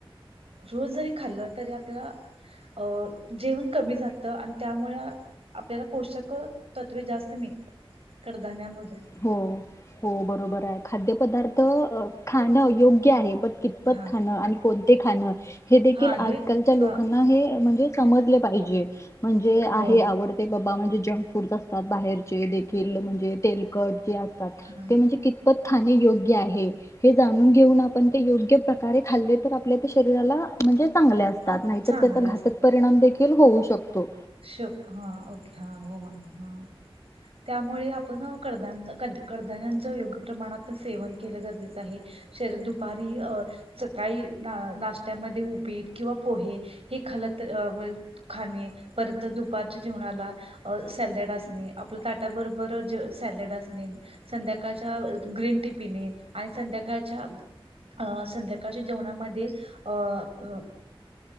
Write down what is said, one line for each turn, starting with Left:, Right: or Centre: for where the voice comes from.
Right: रोज जरी खाल्लं तरी आपल्याला जेवण कमी जातं आणि त्यामुळे आपल्याला पोषक तत्वे जास्त मिळतात कडधान्या मधून
Left: हो हो बरोबर आहे खाद्यपदार्थ अ खाणं योग्य आहे बट कितपत
Right: हा
Left: खाणं कोणते खाणं हे देखील
Right: हा
Left: आजकालच्या
Right: हे
Left: लोकांना
Right: अ
Left: हे अ म्हणजे समजले पाहिजे. म्हणजे आहे
Right: हो
Left: आवडतयं बबा म्हणजे जंक फूडचा बाहेरचे देखील म्हणजे तेलकट जे अस तात
Right: हा.
Left: ते म्हणजे कितपत खाणे योग्य आहे. हे जाणून घेऊन आपण ते योग्य प्रका कारे खाल्ले तर आपल्या ते शरीराला म्हणजे चांगले असतात
Right: अ
Left: नाही
Right: चांगल्या
Left: तर त्याचा घातक परिणाम देखील होऊ शक तो
Right: श्यक ह ओके हा ओ हा हा त्यामुळे आपण कडधान ज कद कडधान्याचं योग्य प्रमाणात सेवन केलं गरजेच आहे शरीर दुपारी अ सकाळी ना नाष्ट्यामध्ये उपीट किंवा पोहे हे खाल्ल तर अम खाणे परत दुपारच्या जेवणाला अ सॅलड असणे आपलं ताटा बरोबर ज सॅलड असणे संध्याकाळच्या अ ग्रीन टी पिणे आणि संध्याकाळच्या अ संध्याकाळच्या जेवणामध्ये अ अ